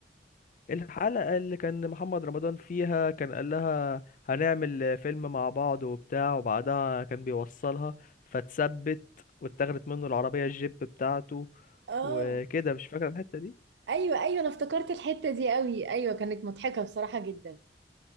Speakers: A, on the left; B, on the right.
A: الحلقة اللي كان محمد رمضان فيها كان قال لها هنعمل فيلم مع بعض وبتاع وبعدها كان بيوصلها فتثبت واتاخدت منه العربية الجيب بتاعته
B: اه
A: وكده مش فاكر الحتة دي
B: ايوه ايوه انا افتكرت الحتة دي قوي ايوه كانت مضحكة بصراحة جدا